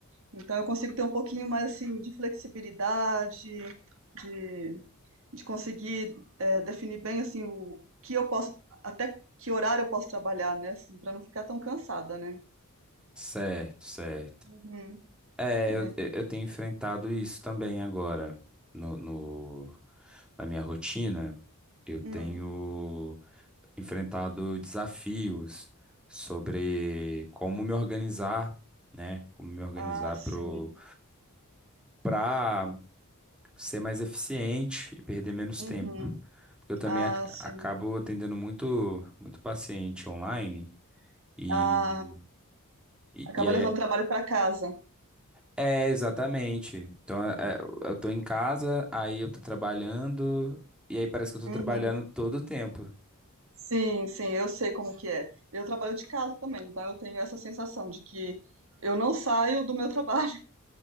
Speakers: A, on the right; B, in the centre.
A: então eu consigo ter um pouquinho mais, assim, de flexibilidade, de de conseguir é, definir bem assim o que eu posso, até que horário eu posso trabalhar, né? Assim, para não ficar tão cansada, né?
B: Certo, certo.
A: Uhum,
B: É,
A: é.
B: eu, eu eu tenho enfrentado isso também agora no, no- na minha rotina. Eu tenho
A: Hum.
B: enfrentado desafios sobre como me organizar, né? Como me organizar
A: Ah, sim.
B: pro, para ser mais eficiente e perder menos
A: Uhum.
B: tempo. Porque eu também
A: Ah,
B: ac-
A: sim.
B: acabo atendendo muito, muito paciente online. E,
A: Ah,
B: e,
A: acaba
B: e aí
A: levando trabalho para casa.
B: É, exatamente. Então, é, é, eu tô em casa, aí eu tô trabalhando, e aí parece que eu tô
A: Uhum.
B: trabalhando todo o tempo.
A: Sim, sim, eu sei como que é. Eu trabalho de casa também, então eu tenho essa sensação de que eu não saio do meu trabalho,